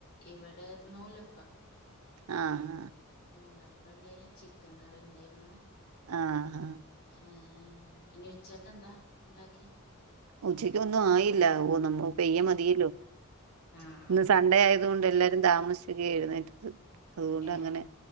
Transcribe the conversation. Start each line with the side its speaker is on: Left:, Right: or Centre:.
Left: ഇവടെ നൂലപ്പം
Right: ആ ഹാ
Left: നൂലപ്പണ്ടേനി ചിക്കൻ കറിണ്ടേയിരുന്നു
Right: ആ ആ.
Left: ഏഹ് ഞ്ഞി ഉച്ചക്കെന്താ ണ്ടാക്കി
Right: ഉച്ചക്കൊന്നും ആയില്ല, ഓ നമ്മ പെയ്യ മതിയല്ലോ
Left: ആഹ് ആഹ്
Right: ഇന്ന് സൺഡേ ആയ തോണ്ട് എല്ലാരും താമസിച്ചൊക്കേ എഴുന്നേറ്റത് അതുകൊണ്ട്
Left: ഏഹ്
Right: അങ്ങനെ